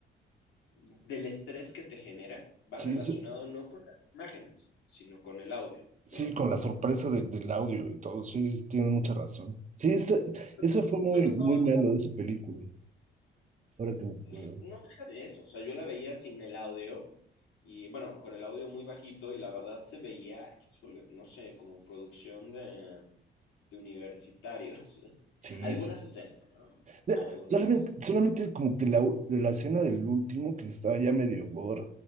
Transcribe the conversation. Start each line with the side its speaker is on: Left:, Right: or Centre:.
Left: del estrés que te genera va
Right: Sí,
Left: relacionado
Right: sí,
Left: no con las imágenes, sino con el audio,
Right: sí,
Left: ¿no?
Right: con la sorpresa de- del audio y todo. Sí, tienes mucha razón. Sí, eso,
Left: Entonces
Right: eso fue muy,
Left: yo lo estaba...
Right: muy malo de esa película. Ahora que me acuerdo.
Left: es- No deja de eso, o sea, yo la veía sin el audio y bueno, con el audio muy bajito y la verdad se veía, híjole, no sé, como producción de de universitarios.
Right: Sí,
Left: <laughs> Algunas
Right: sí.
Left: escenas, ¿no?
Right: Ya,
Left: Algunas
Right: Solamente,
Left: escenas.
Right: solamente como que la, u- la escena del último, que estaba ya medio gore,